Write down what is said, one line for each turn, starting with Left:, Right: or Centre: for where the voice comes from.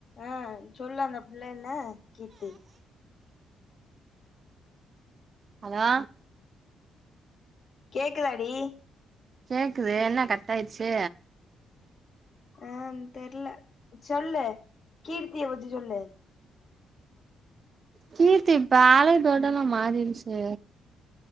Left: ஆ சொல்லு அந்த பிள்ள என்ன கீர்த்தி
Right: ஹலோ
Left: கேக்குதா டி
Right: கேக்குது என்ன கட் ஆயிருச்சு
Left: ஏ தெர்ல சொல்லு கீர்த்திய பத்தி சொல்லு
Right: கீர்த்தி இப்ப ஆளே டோட்டல்லா மாறிருச்சு